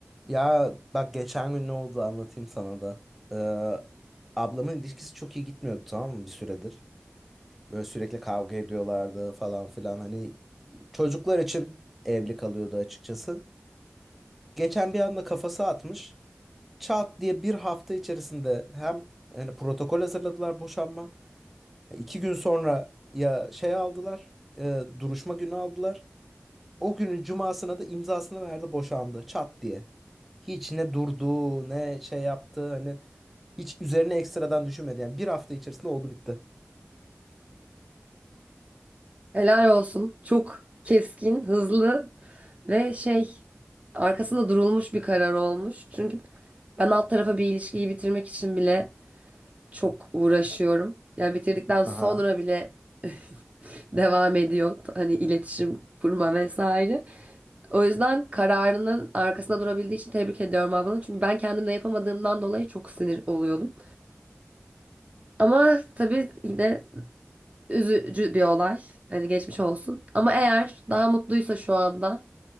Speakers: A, in the centre; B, on the right.
A: Ya bak geçen gün ne oldu anlatayım sana da. Ee, ablamın ilişkisi çok iyi gitmiyordu tamam mı bir süredir. Böyle sürekli kavga ediyorlardı falan filan. Hani çocuklar için evli kalıyordu açıkçası. Geçen bir anda kafası atmış. Çat diye bir hafta içerisinde hem hani protokol hazırladılar boşanma. İki gün sonra ya şey aldılar. e, duruşma günü aldılar. O günün cumasına da imzasını verdi boşandı çat diye. Hiç ne durdu ne şey yaptı hani hiç üzerine ekstradan düşünmedi. Yani bir hafta içerisinde oldu bitti.
B: Helal olsun. Çok keskin, hızlı ve şey arkasında durulmuş bir karar olmuş. Çünkü ben alt tarafa bir ilişkiyi bitirmek için bile çok uğraşıyorum. Yani bitirdikten sonra
A: Aha.
B: bile <laughs> devam ediyor. Hani iletişim kurma vesaire. O yüzden kararının arkasında durabildiği için tebrik ediyorum ablanı. Çünkü ben kendim de yapamadığımdan dolayı çok sinir oluyordum. Ama tabii yine üzücü bir olay. Hani geçmiş olsun. Ama eğer daha mutluysa şu anda